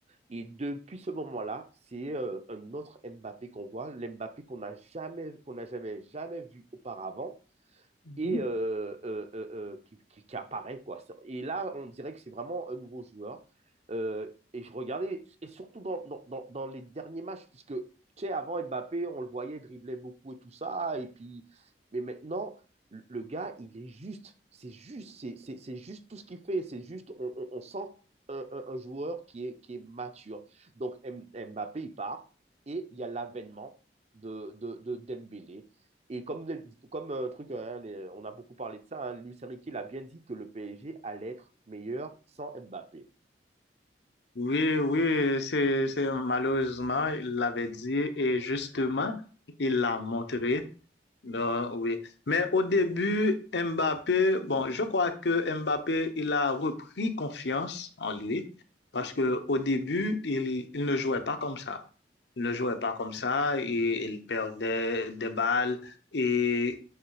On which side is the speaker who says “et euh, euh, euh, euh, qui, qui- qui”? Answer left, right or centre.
Right